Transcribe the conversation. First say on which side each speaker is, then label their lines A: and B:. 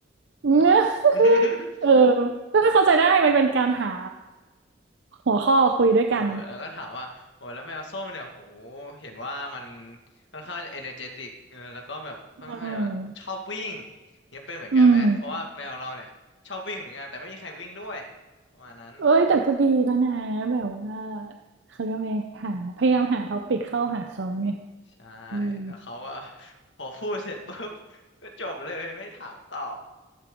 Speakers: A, on the left (about 70°); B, on the right (about 70°).
A: เนาะ
B: เนี่ย <laughs>
A: <laughs>
B: เออไมเข้าใจได้มันเป็นการหาหัวข้อคุยด้วยกัน
A: เออแล้วก็ถามว่าโอ้แล้วแมวส้มเนี่ยโหเห็นว่ามันค่อนข้างจะเอเนอร์เจติกเออแล้วก็แบบค่อนข้างจะชอบวิ่ง
B: อืม
A: เนี่ยเป็นเหมือนกันไหมเพราะว่าแมวเราเนี่ยชอบวิ่งเหมือนกันแต่ไม่มีใครวิ่งด้วย
B: อืม
A: ประมาณนั้น
B: เอ้ยแต่ก็ดีแล้วนะแบบว่าเขาเรียกว่าไงหาพยายามหาท็อปิกเข้าหาเขาไง
A: ใช่
B: อืม
A: แล้วเขาก็ <laughs> พอพูดเสร็จปุ๊บ <laughs> ก็จบเลยไม่ถามต่อ